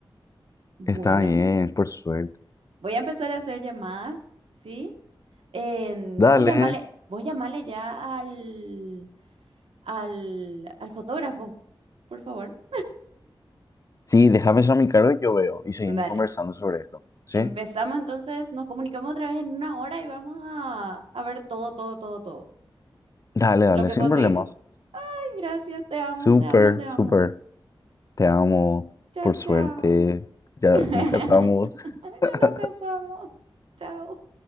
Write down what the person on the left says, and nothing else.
Está bien, por suerte.
Dale.
Sí, déjame eso a mi cargo y yo veo. Y seguimos
conversando sobre esto. ¿Sí?
Dale, dale,
sin
problemas.
Súper,
súper. Te amo,
por suerte.
Ya
nos casamos. <laughs>